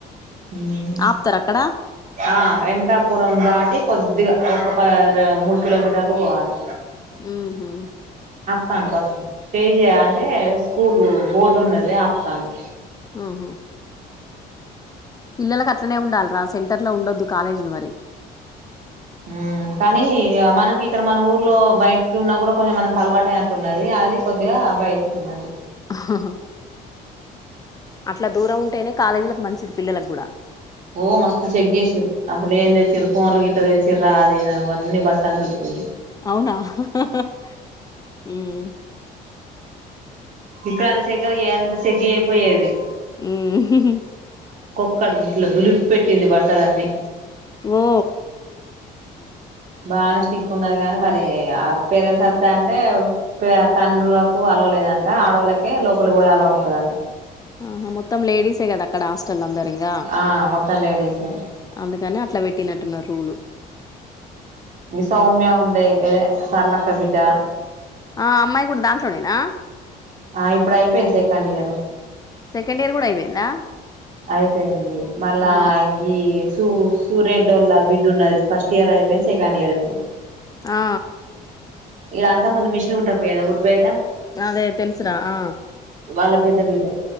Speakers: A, on the right; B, on the left.
A: హ్మ్
B: ఆపుతరా అక్కడ
A: ఆ వెంకటాపురం దాటి కొద్దిగ ఒక్క పారా మూడు కిలోమీటర్లు వోవాలె
B: ఊహు
A: తాండు బస్సు తేజి అంటే స్కూల్ బోర్డు ఉన్నది ఆపుతాండు
B: ఆహ పిల్లలలకు అట్లనే ఉండాల్రా సెంటర్లో ఉండొద్దు కాలేజిలు మరి
A: హ్మ్ కానీ ఇ ఆ మనకి ఇక్కడ మన ఊర్లో బయటకి ఉన్న గూడా కొంచెం మనకు అలవాటు అయినట్టు ఉన్నది అది కొద్దిగా ఆ బయటకు ఉన్నది
B: ఉ హు అట్లా దూరం ఉంటేనే కాలేజీలకు మంచిది పిల్లలకు కూడా
A: ఓ మస్తు చెక్ చేసిర్రు అసలే ఏం తెచ్చారు ఫోన్లు గిట్ట తెచ్చిండ్రా అది ఇది అన్నీ బట్టలు దులిపిండ్రు
B: ఉ
A: ఇక్కడ అంత చెకప్ అక్కడ ఎంత చెకప్ చెయ్యకపోయేది
B: ఉ హు
A: అక్కడ ఇంట్లో దులిపి పెట్టింది బట్టలన్నీ
B: ఓ
A: బానే స్టిక్ ఉన్నది కాని మరి ఆ పేరెంట్స్ అత్తా అంటే తండ్రులకు ఆలో లేదంట ఆడోళ్ళకే లోపలి పోయే ఆలో ఉంటదంట
B: ఆహా మొత్తం లేడీసే కదా అక్కడ హాస్టల్ అందరు ఇంగా
A: ఆ మొత్తం లేడీసే
B: అందుకని అట్లా పెట్టినట్టున్నారు రులు
A: మీ సౌమ్య ఉండే అదే సరళక్క బిడ్డ
B: ఆ అమ్మాయి కూడా దాంట్లోనేనా
A: ఆ ఇప్పుడు అయిపోయింది సెకండ్ ఇయర్
B: సెకండ్ ఇయర్ కూడా అయిపోయిందా
A: అయిపోయింది మళ్ళా
B: ఆహా
A: గీ సూ సూరెడోల్ల బిడ్డ ఉన్నది ఫస్ట్ ఇయర్ అయిపోయింది సెకండ్ ఇయర్ ఇప్పుడు
B: ఆ
A: ఈడ అంతకుముందు మిషిన్ కుట్టకపోయేదా ఊరి బయట
B: అదే తెలుసురా ఆ
A: వాళ్ళ పెద్ద బిడ్డ